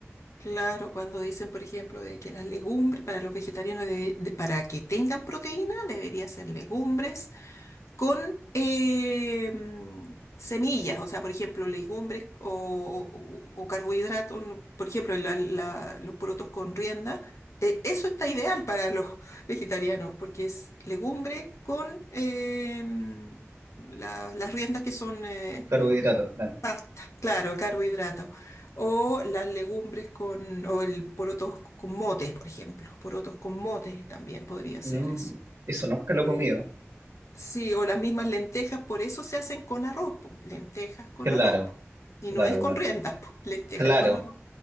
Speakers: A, on the left; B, on the right.
A: claro, cuando dicen, por ejemplo, de que las legumbres para los vegetarianos, de- de- para que tengan proteína, debería ser legumbres con eh, mm, semillas, o sea, por ejemplo, legumbres o, o- o carbohidratos, ¿no? por ejemplo, la- la- los porotos con rienda, eh, eso está ideal para los <laughs> vegetarianos, porque es legumbre con eh, mm, la- las riendas que son eh,
B: Carbohidratos, claro.
A: pasta, claro, carbohidratos. O las legumbres con, o el porotos con motes, por ejemplo. Porotos con motes también podría
B: Mm,
A: ser eso.
B: eso nunca lo he comido.
A: Eh, Sí, o las mismas lentejas, por eso se hacen con arroz, po, lentejas con
B: Claro,
A: arroz. po. Y
B: claro,
A: no es con
B: claro.
A: riendas, po, lentejas
B: Claro,
A: con arroz.